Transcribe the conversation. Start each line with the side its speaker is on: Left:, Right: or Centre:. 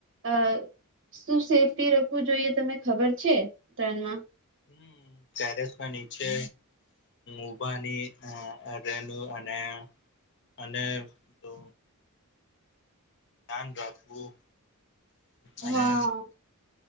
Right: અ શું સેફ્ટી રખવું જોઈએ તને ખબર છે ઉત્તરાણમાં?
Left: હમ્મ. તેરેસ ના નીચે ઉભાની રેનુ અને અને જો ધ્યાન રાખવું અને
Right: હા